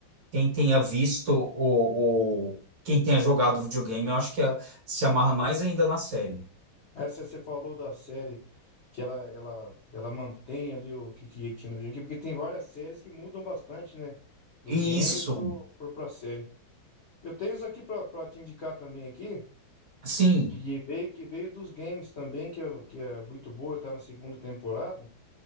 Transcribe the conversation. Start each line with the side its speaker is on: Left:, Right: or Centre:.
Right: quem tenha visto o, o- quem tenha jogado videogame, eu acho que eh, se amarra mais ainda na série.
Left: essa você falou da série que ela, ela, ela mantém ali o que, que tinha no videogame, porque tem várias séries que mudam bastante, né? Do
Right: Isso,
Left: game pro, pro, pra série. Eu tenho isso aqui para te indicar também aqui,
Right: sim.
Left: que veio, que veio dos games também, que é, que é muito boa, tá na segunda temporada.